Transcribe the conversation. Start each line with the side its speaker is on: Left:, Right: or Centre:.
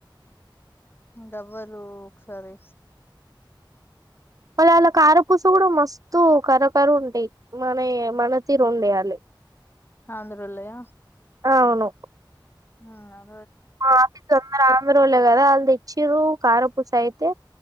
Left: గవ్వలు ఒకసారి
Right: వాళ్ళ అళ్ళ కారపూస కూడా మస్తు కరకర ఉంటాయి మనయి మన తీరు ఉండాయి అల్లాయి
Left: ఆంధ్రూలయ
Right: అవును
Left: నావు
Right: మా ఆఫీస్ అందరు ఆంద్రోళ్లే కదా వాళ్ళు తెచ్చారు కార పూస అయితే